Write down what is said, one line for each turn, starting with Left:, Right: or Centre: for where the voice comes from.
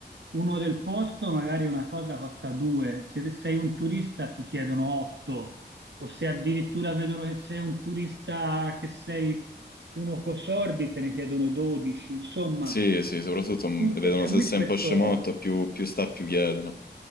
Right: uno del posto, magari una cosa costa due, se sei un turista ti chiedono otto, o se addirittura vedono che sei un turista che sei uno coi sordi, te ne chiedono dodici. Insomma,
Left: Sì, sì, soprattutto mm,
Right: tutto-
Left: vedono
Right: e a
Left: se
Right: me
Left: sei
Right: questo.
Left: un po' scemotto, più, più sta, più chiedono.